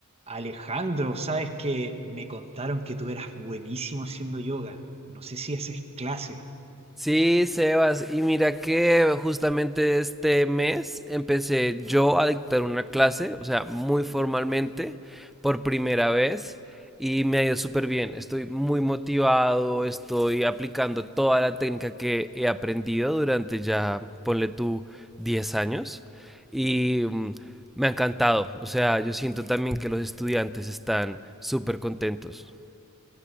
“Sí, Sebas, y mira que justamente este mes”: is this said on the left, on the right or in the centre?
Centre